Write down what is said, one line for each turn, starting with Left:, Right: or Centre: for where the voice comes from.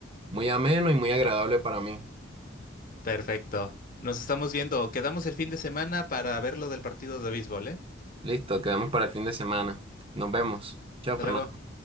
Right: muy ameno y muy agradable para mí.
Left: Perfecto. Nos estamos viendo. Quedamos el fin de semana para ver lo del partido de béisbol, ¿eh?
Right: Listo, quedamos para el fin de semana. Nos vemos. Chao,
Left: Hasta
Right: Fernando.
Left: luego.